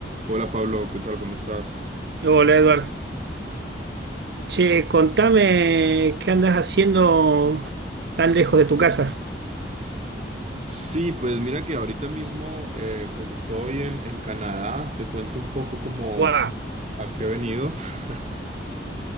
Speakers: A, on the right; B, on the right.
A: Hola Pablo, ¿qué tal? ¿Cómo estás?
B: Hola Eduardo. Che, contame qué andas haciendo tan lejos de tu casa.
A: Sí, pues mira que ahorita mismo eh, pues estoy en, en Canadá. Te cuento un poco como
B: Guau.
A: a qué he venido. <laughs>